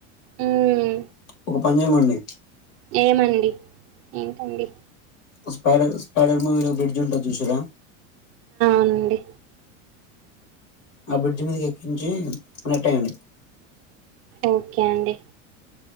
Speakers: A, on the right; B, on the left.
A: ఊ ఉ
B: ఒక పనిజేమండి
A: ఏమండి ఏంటండి
B: స్పైడర్ స్పైడర్ మూవీలో బ్రిడ్జ్ ఉంటుంది. చూసిరా
A: అండి
B: ఆ బ్రిడ్జ్ మీదికి ఎక్కించి నెట్టేయండి
A: ఓకే అండి.